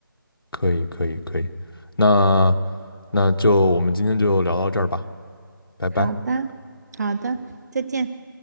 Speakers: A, on the left; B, on the right.
A: 可以，可以，可以。那那就我们今天就聊到这儿吧，拜拜。
B: 好的，好的，再见。